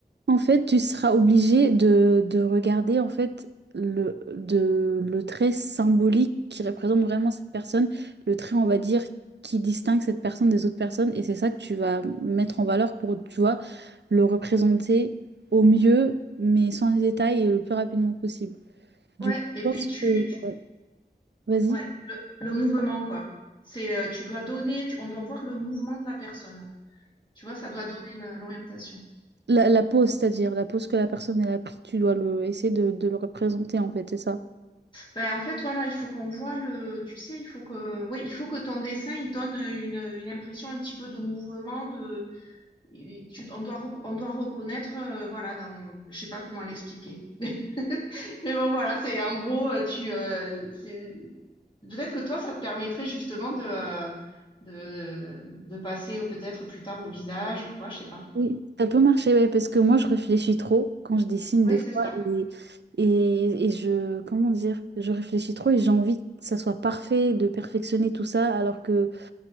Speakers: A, on the right; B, on the left.
A: En fait, tu seras obligé de, de regarder en fait le, de, le trait symbolique qui représente vraiment cette personne, le trait, on va dire, qui distingue cette personne des autres personnes, et c'est ça que tu vas mettre en valeur pour, tu vois, le représenter au mieux, mais sans les détails et le plus rapidement possible. Du
B: Ouais.
A: coup, je
B: Et
A: pense
B: puis tu,
A: que...
B: tu-
A: ouais, vas-y.
B: ouais, le, le mouvement quoi. C'est euh, tu dois donner, tu- on doit voir le mouvement de la personne. Tu vois, ça doit donner la- l'orientation.
A: La, la pose, c'est-à-dire la pose que la personne elle a pris, tu dois le, essayer de, de le représenter en fait, c'est ça.
B: Ben, en fait, voilà, il faut qu'on voit le, tu sais, il faut que, oui, il faut que ton dessin, il donne une, une impression un petit peu de mouvement, de, et tu, on doit, re- on doit reconnaître, euh, voilà, dans, je sais pas comment l'expliquer. <laughs> Mais bon, voilà, c'est, en gros, euh, tu, euh, c'est, peut-être que toi, ça te permettrait justement de, euh, de, de passer au- peut-être plus tard au visage ou quoi, je sais pas.
A: Oui. Ça peut marcher, ouais, parce que moi je réfléchis trop quand je dessine
B: Oui,
A: des
B: c'est
A: fois
B: ça.
A: et, et, et je, comment dire, je réfléchis trop et j'ai envie que ça soit parfait, de perfectionner tout ça, alors que